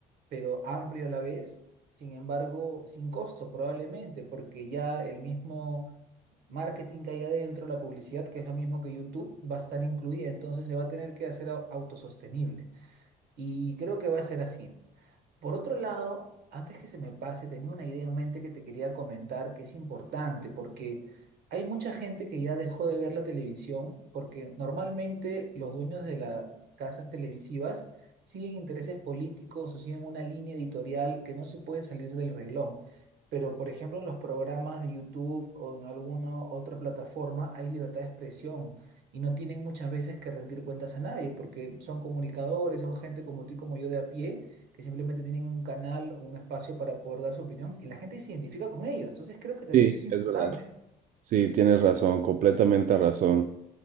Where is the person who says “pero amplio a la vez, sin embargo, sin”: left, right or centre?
Right